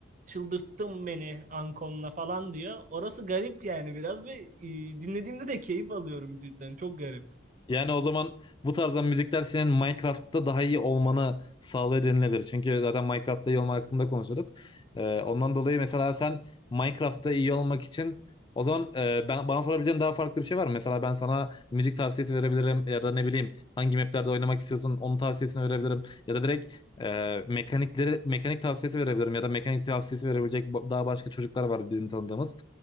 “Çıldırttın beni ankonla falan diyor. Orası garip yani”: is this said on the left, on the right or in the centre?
Right